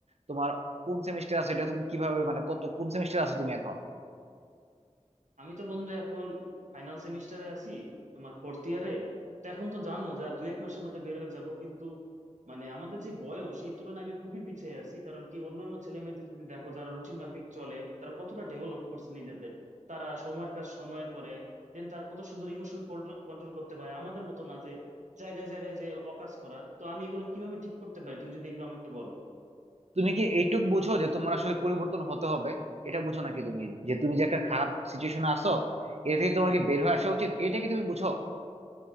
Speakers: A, on the right; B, on the right.
A: তোমার কোন সেমিস্টার আছে এটা তুমি কিভাবে মানে কত কোন সেমিস্টার আছো তুমি এখন
B: আমি তো বন্ধু এখন ফাইনাল সেমিস্টারে আছি তোমার ফোর্থ ইয়ারে তো এখন তো জানো যে আর দুই এক মাসের মধ্যে বের হয়ে যাব কিন্তু মানে আমাদের যে বয়স সেই তুলনায় আমি খুবই পিছিয়ে আছি কারণ কি অন্যান্য ছেলে মেয়েদের যদি দেখো যারা রুটিন মাফিক চলে তারা কতটা ডেভেলপ করছে নিজেদের তারা সময়ের কাজ সময়ে করে দেন তারা কত সুন্দর ইমোশন কন্ট্রোল করতে পারে আমাদের মতো না যে জায়গায় জায়গায় যে অকাজ করা তো আমি এগুলো কিভাবে ঠিক করতে পারি তুমি যদি এগুলো আমাকে একটু বলো
A: তুমি কি এইটুক বুঝো যে তোমার আসলে পরিবর্তন হতে হবে এটা বুঝো নাকি তুমি যে তুমি যে একটা খারাপ সিচুয়েশনে আছো এটা থেকে তোমাকে বের হয়ে আসা উচিত এটা কি তুমি বুঝো